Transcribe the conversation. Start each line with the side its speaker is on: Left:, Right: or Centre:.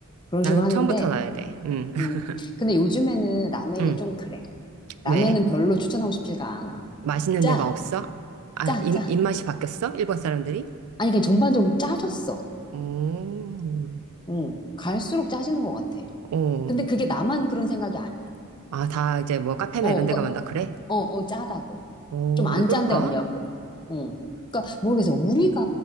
Left: 그런
Right: 나는
Left: 식으로 하는데,
Right: 처음부터 넣어야 돼. 음, <laughs>
Left: 음. 근데 요즘에는 라멘이
Right: 음.
Left: 좀 그래.
Right: 왜?
Left: 라멘은 별로 추천하고 싶지가 않아.
Right: 맛있는
Left: 짜,
Right: 데가 없어? 아,
Left: 짜,
Right: 입,
Left: 짜.
Right: 입맛이 바뀌었어? 일본 사람들이?
Left: 아니, 그냥 전반적으로 짜졌어.
Right: 오,
Left: 응. 갈수록 짜지는 것 같아.
Right: 어.
Left: 근데 그게 나만 그런 생각이 아니야.
Right: 아, 다 이제 뭐 카페나
Left: 어,
Right: 이런 데
Left: 그러니까,
Right: 가면 다 그래?
Left: 어, 어, 짜다고.
Right: 어,
Left: 좀 안
Right: 왜 그럴까?
Left: 짠데 없냐고. 응. 그러니까 모르겠어. 우리가